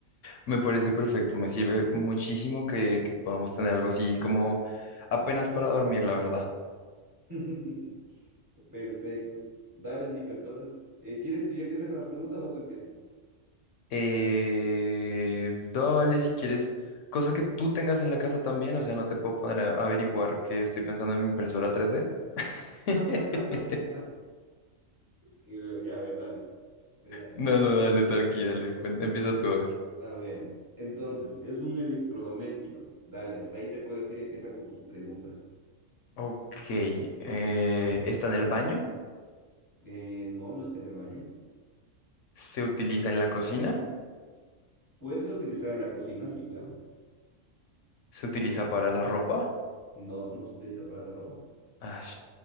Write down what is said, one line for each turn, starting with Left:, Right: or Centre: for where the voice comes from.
Left: Me parece perfecto, me sirve muchísimo que, que podamos tener algo así como apenas para dormir, la verdad.
Right: <laughs> Perfecto. Dale, Nico, entonces, eh, ¿quieres que yo empiece con las preguntas o tú empiezas?
Left: Eh, dale si quieres cosas que tú tengas en la casa también, o sea, no te puedo poner a a averiguar que estoy pensando en mi impresora tres d <laughs>
Right: <laughs> Y luego, Ya, a ver, dale. Verás,
Left: No, no, dale, tranqui, dale, cuen- empieza tú a ver.
Right: a ver, entonces, es un electrodoméstico. Dale, hasta ahí te puedo decir, empieza con tus preguntas.
Left: Ok, eh, está en el baño,
Right: Eh, no, no está en el baño.
Left: se utiliza en la cocina,
Right: ¿Puedes utilizar en la cocina? Sí, claro.
Left: se utiliza para la ropa.
Right: No, no se utiliza para la ropa.
Left: Ay,